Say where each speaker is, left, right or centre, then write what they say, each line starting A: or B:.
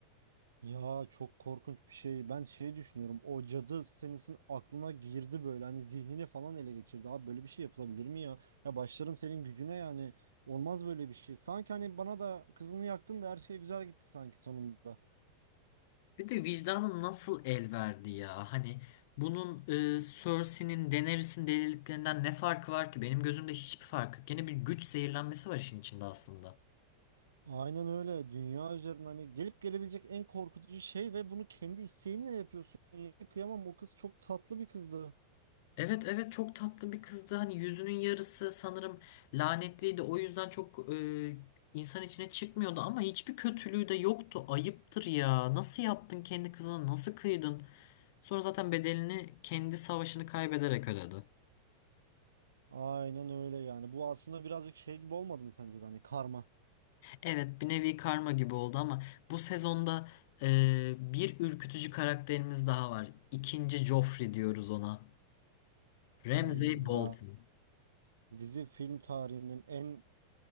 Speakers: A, on the right; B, on the left.
A: Ya çok korkunç bir şey. Ben şey düşünüyorum. O cadı senesin aklına girdi böyle. Hani zihnini falan ele geçirdi. Abi böyle bir şey yapılabilir mi ya? Ya başlarım senin gücüne yani. Olmaz böyle bir şey. Sanki hani bana da kızını yaktın da her şey güzel gitti sanki sonunda.
B: Bir de vicdanın nasıl el verdi ya? Hani bunun e, Cersei'nin Daenerys'in deliliklerinden ne farkı var ki? Benim gözümde hiçbir farkı yok. Gene bir güç zehirlenmesi var işin içinde aslında.
A: Aynen öyle. Dünya üzerinde hani gelip gelebilecek en korkutucu şey ve bunu kendi isteğinle yapıyorsun. Yani Kıyamam o kız çok tatlı bir kızdı.
B: Evet evet çok tatlı bir kızdı. Hani yüzünün yarısı sanırım lanetliydi. O yüzden çok e, insan içine çıkmıyordu ama hiçbir kötülüğü de yoktu. Ayıptır ya. Nasıl yaptın kendi kızına? Nasıl kıydın? Sonra zaten bedelini kendi savaşını kaybederek ödedi.
A: Aynen öyle yani. Bu aslında birazcık şey gibi olmadı mı sence de hani karma.
B: Evet bir nevi karma gibi oldu ama bu sezonda e, bir ürkütücü karakterimiz daha var. İkinci Joffrey diyoruz ona. Ramsay
A: Ay
B: Bolton.
A: ya dizi film tarihinin en